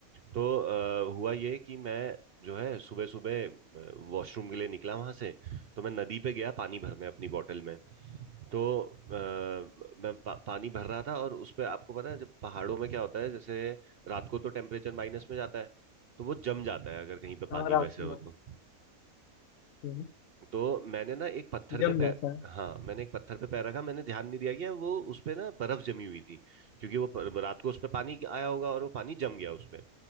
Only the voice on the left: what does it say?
हाँ रात
में
हम्म,
जम
जाता है